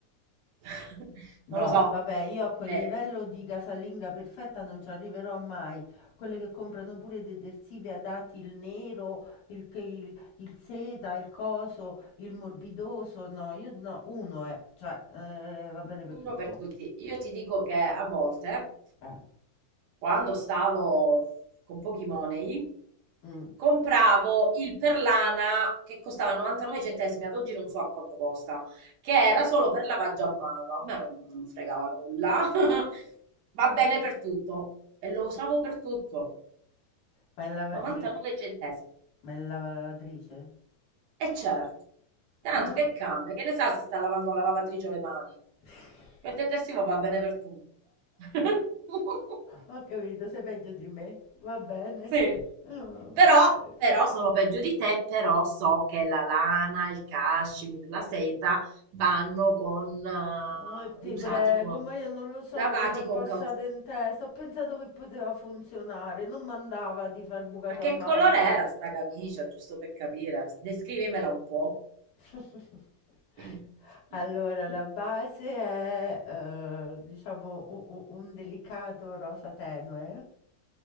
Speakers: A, on the right (about 70°); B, on the left (about 60°).
A: <laughs>
B: No,
A: non lo so.
B: vabbè, io a quel
A: Eh,
B: livello di casalinga perfetta non ci arriverò mai. Quelle che comprano pure i detersivi adatti, il nero, il, che- il- il seta, il coso, il morbidoso. No, io no, uno è, cioè, eh, va bene per
A: uno
B: tutto.
A: per tutti. Io ti dico che a volte
B: Eh,
A: quando stavo con pochi money,
B: mm.
A: compravo il Perlana che costava 99 centesimi, ad oggi non so a quanto costa, che era solo per lavaggio a mano, a me non, non fregava nulla, <laughs> va bene per tutto e lo usavo per tutto,
B: Ma è lava-
A: 99
B: il,
A: centesimi.
B: ma è lavatrice?
A: E certo, tanto
B: Ma no.
A: che cambia, che ne sa se sta lavando la lavatrice o le mani.
B: <laughs>
A: Il detersivo va bene per tutto. <laughs>
B: Ho capito, sei peggio di me. Va bene.
A: Sì.
B: Ok.
A: Però però sono peggio di te, però so che la lana, il cashmere, la seta vanno con, eh,
B: Oh, ti
A: usati
B: prego,
A: con,
B: ma io non lo so
A: lavati
B: che mi è
A: con
B: passato
A: cautela.
B: in testa. Ho pensato che poteva funzionare, non mandava di far il bucato
A: Ma che
B: a mano.
A: colore era sta camicia, giusto per capire? Descrivimela un po'.
B: <laughs>
A: <clears throat>
B: Allora, la base è, eh, diciamo, u- u- un delicato rosa tenue,